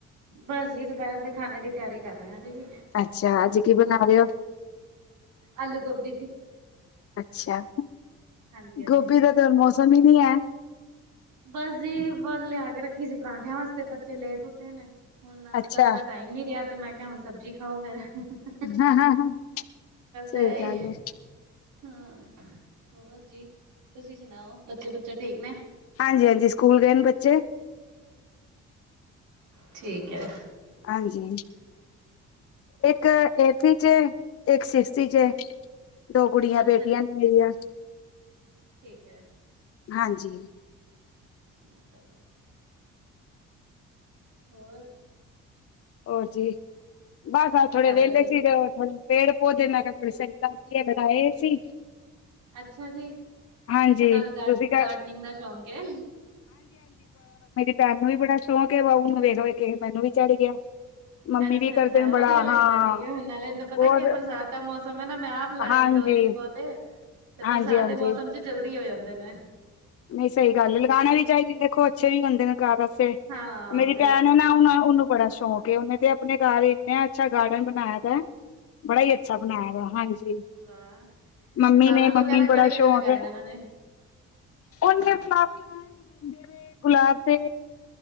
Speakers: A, on the right (about 80°); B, on the left (about 50°).
A: ਬਸ ਜੀ ਦੁਪਹਿਰ ਦੇ ਖਾਣੇ ਦੀ ਤਿਆਰੀ ਕਰ ਰਹੇ ਹਾਂ ਜੀ।
B: ਅੱਛਾ, ਅੱਜ ਕੀ ਬਣਾ ਰਹੇ ਹੋ।
A: ਆਲੂ-ਗੋਭੀ ਜੀ।
B: ਅੱਛਾ ਹਂ,
A: ਹਾਂਜੀ-ਹਾਂਜੀ,
B: ਗੋਭੀ ਦਾ ਤੇ ਮੌਸਮ ਹੀ ਨਹੀਂ ਹੈ।
A: ਬਸ ਜੀ ਬੱਲ ਲਿਆ ਕੇ ਰੱਖੀ ਸੀ ਪਰਾਂਠਿਆਂ ਵਾਸਤੇ, ਬੱਚੇ ਲੇਟ ਉੱਠੇ ਨੇ ਹੁਣ ਨਾਸ਼ਤਾ
B: ਅੱਛਾ
A: ਦਾ ਟਾਈਮ ਨਹੀ ਰਿਹਾ, ਤੇ ਮੈਂ ਕਿਹਾ ਹੁਣ ਸਬਜ਼ੀ ਖਾਓ ਫੇਰ ਹ ਹਹ।
B: ਹਂ ਹਂ ਹਂ ਸਹੀ
A: ਐ
B: ਗੱਲ ਏ।
A: ਹਾਂ ਹੋਰ ਜੀ ਤੁਸੀਂ ਸੁਣਾਓ ਬੱਚੇ-ਬੱਚੇ ਠੀਕ ਨੇ।
B: ਹਾਂਜੀ-ਹਾਂਜੀ ਸਕੂਲ ਗਏ ਨੇ ਬੱਚੇ।
A: ਠੀਕ ਹੈ।
B: ਹਾਂਜੀ ਇੱਕ ਏਥ ਇਚ ਏ ਇੱਕ ਸਿਕਸ ਇਚ ਏ। ਦੋ ਕੁੜੀਆ
A: ਅੱਛਾ
B: ਬੇਟੀਆ
A: ਜੀ,
B: ਨੇ ਮੇਰੀਆ
A: ਠੀਕ ਐ।
B: ਹਾਂਜੀ।
A: ਠੀਕ ਹੈ ਜੀ। ਹੋਰ
B: ਹੋਰ ਜੀ ਬਸ
A: ਕੀ
B: ਥੋੜੇ
A: ਕਰ
B: ਵਿਹਲੇ
A: ਰਹੇ ਹੋ
B: ਸੀ
A: ਤੁਸੀਂ?
B: ਤੇ ਥੋੜੇ ਪੇੜ-ਪੋਧੇ ਮੈਂ ਕਿਹਾ ਥੋੜੇ ਸਹੀ ਕਰ ਲੀਏ ਲਗਾਏ ਹੋਏ ਸੀ।
A: ਅੱਛਾ ਜੀ।
B: ਹਾਂਜੀ
A: ਅੱਛਾ ਤੁਹਾਨੂੰ
B: ਤੁਸੀਂ
A: ਗ
B: ਕਰ
A: ਗਾਰਡਨਿੰਗ ਦਾ ਸ਼ੌਂਕ ਹੈ।
B: ਤੈਨੂੰ ਵੀ ਬੜਾ ਸ਼ੌਂਕ ਏ ਬਸ ਉਹਨੂੰ ਵੇਖ-ਵੇਖ ਮੈਨੂੰ ਵੀ ਚੜ੍ਹ ਗਿਆ। ਮੰਮੀ
A: ਅੱਛਾ-ਅੱਛਾ
B: ਵੀ ਕਰਦੇ ਨੇ
A: ਵਧੀਆ
B: ਬੜਾ
A: ਲੱਗਦਾ
B: ਹਾਂ
A: ਜੀ ਹੁਣ ਨਾਲੇ ਇਹਨੂੰ ਪਤਾ
B: ਬਹੁਤ
A: ਕਿ ਹੈ ਬਰਸਾਤ ਦਾ ਮੌਸਮ ਹੈ ਨਾ ਮੈਂ ਆਪ ਲਾਏ
B: ਹਾਂਜੀ
A: ਨੇ ਦੋ ਤਿੰਨ ਪੌਦੇ ਤੇ ਬਰਸਾਤ
B: ਹਾਂਜੀ ਹਾਂਜੀ
A: ਦੇ ਮੌਸਮ ਚ ਜਲਦੀ ਹੋ ਜਾਂਦੇ ਨੇ।
B: ਨਹੀਂ ਸਹੀ ਗੱਲ ਏ ਲਗਾਉਣਾ ਵੀ ਚਾਹੀਦੀ ਦੇਖੋ ਅੱਛੇ ਵੀ ਹੁੰਦੇ ਨੇ। ਘਰ ਆਸੇ ਵਸੇ
A: ਹਾਂ
B: ਮੇਰੀ
A: ਬਿਲਕੁਲ
B: ਭੈਣ
A: ਬਿਲਕੁਲ
B: ਨੇ ਨਾ ਉਹਨੂੰ ਬੜਾ ਸ਼ੌਕ ਏ ਉਹਨੇ ਆਪਣੇ ਘਰ ਇੰਨੇ ਅੱਛਾ ਗਾਰਡਨ ਬਣਾਇਆ ਦਾ। ਬੜਾ ਹੀ ਅੱਛਾ ਬਣਾਇਆ ਦਾ ਹਾਂਜੀ।
A: ਵਾਹ।
B: ਮੰਮੀ
A: ਫਲਾਵਰ
B: ਨੇ
A: ਵਗੈਰਾ
B: ਮੰਮੀ ਨੂੰ
A: ਕਿਹੜੇ
B: ਬੜਾ
A: ਕਿਹੜੇ
B: ਸ਼ੌਕ
A: ਲਗਾਏ
B: ਹੈ।
A: ਨੇ ਉਹਨਾਂ ਨੇ
B: ਉਹਨੇ ਨੇ ਫਲਾਵਰ ਲਗਾਏ ਨੇ ਗੇਂਦੇੇ ਦੇ, ਗੁਲਾਬ ਦੇ।